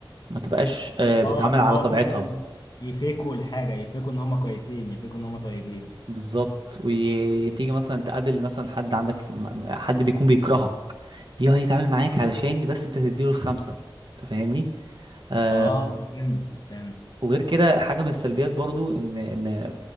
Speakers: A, on the right (about 60°); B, on the left (about 50°).
A: ما تبقاش آه،
B: اه
A: بتتعامل
B: اللي
A: على
B: هو
A: طبيعتها
B: مثلا يفيكوا الحاجه يفيكوا ان هم كويسين يفيكوا ان هم طيبين
A: بالظبط وتيجي مثلا تقابل مثلا حد عندك في... م- حد بيكون بيكرهك بيقعد يتعامل معاك علشان بس انت تديله الخمسة انت فاهمني آه
B: اه فهمت فهمت
A: وغير كده حاجة من السلبيات برضو ان ان